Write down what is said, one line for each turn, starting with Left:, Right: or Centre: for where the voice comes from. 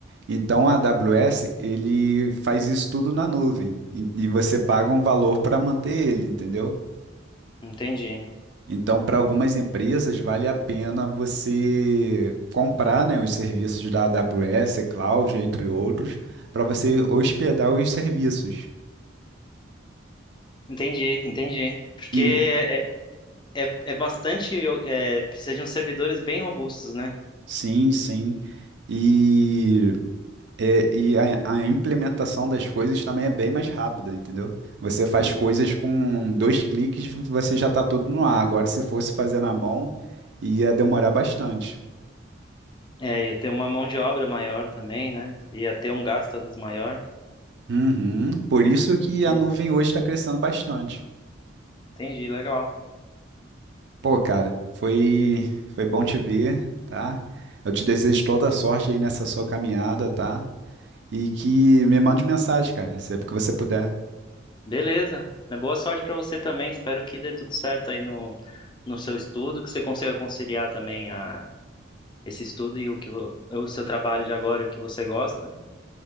Right: Então a AWS ele faz isso tudo na nuvem e, e você paga um valor para manter ele, entendeu?
Left: entendi.
Right: Então, para algumas empresas, vale a pena você comprar, né, os serviços da AWS, Cloud, entre outros, para você hospedar os serviços.
Left: Entendi, entendi. Porque
Right: E
Left: é, é, é bastante. é, precisa de uns servidores bem robustos, né?
Right: sim, sim. E, é, e a, a implementação das coisas também é bem mais rápida, entendeu? Você faz
Left: Uhum.
Right: coisas com dois cliques, você já está tudo no ar. Agora, se fosse fazer na mão, ia demorar bastante.
Left: É, ia ter uma mão de obra maior também, né? Ia ter um gasto às vezes maior.
Right: Uhum. Por isso que a
Left: Entendi.
Right: nuvem hoje está crescendo bastante.
Left: Entendi, legal.
Right: Pô, cara, foi, foi bom te ver, tá? Eu te desejo toda a sorte aí nessa sua caminhada, tá? E que me mande mensagem, cara, sempre que você puder.
Left: Beleza. né? Boa sorte pra você também. Espero que dê tudo certo aí no, no seu estudo, que você consiga conciliar também a, esse estudo e o que vo- o seu trabalho de agora e o que você gosta,